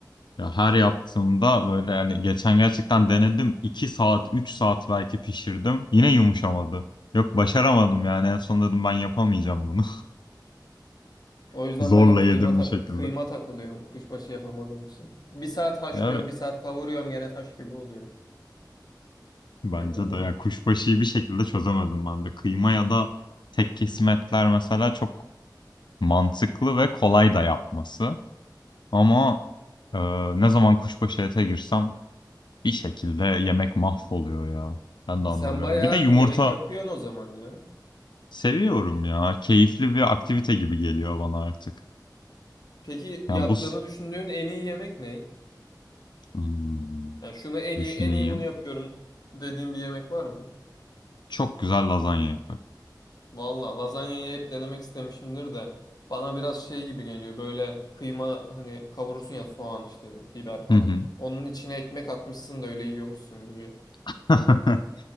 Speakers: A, on the left (about 75°); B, on the left (about 60°).
A: Ya her yaptığımda böyle yani geçen gerçekten denedim. 2 saat, 3 saat belki pişirdim. Yine yumuşamadı. Yok başaramadım yani en son dedim ben yapamayacağım bunu. <laughs>
B: O yüzden
A: Zorla
B: ben hep
A: yedim
B: kıyma ta-
A: bir şekilde.
B: kıyma takılıyorum kuşbaşı yapamadığım için. Bir saat haşlıyorum,
A: Ya
B: bir saat kavuruyorum gene taş gibi oluyor.
A: Bence
B: <clears throat>
A: de ya kuşbaşıyı bir şekilde çözemedim ben de. Kıyma ya da tek kesim etler mesela çok mantıklı ve kolay da yapması. Ama e, ne zaman kuşbaşı ete girsem bir şekilde yemek mahvoluyor ya. Ben de
B: Sen
A: anlamıyorum.
B: bayağı
A: Bir de yumurta
B: yemek yapıyorsun o zaman ya.
A: seviyorum ya. Keyifli bir aktivite gibi geliyor bana artık.
B: Peki
A: Ya
B: yaptığını
A: bu s-
B: düşündüğün en iyi yemek ne?
A: Hmm,
B: Yani şunu en
A: düşüneyim.
B: iyi en iyi bunu yapıyorum dediğin bir yemek var mı?
A: Çok güzel lazanya yaparım.
B: Valla lazanyayı hep denemek istemişimdir de bana biraz şey gibi geliyor böyle kıyma hani kavurursun ya soğan işte biber falan.
A: Hı hı.
B: Onun içine ekmek atmışsın da öyle yiyormuşsun gibi.
A: <laughs>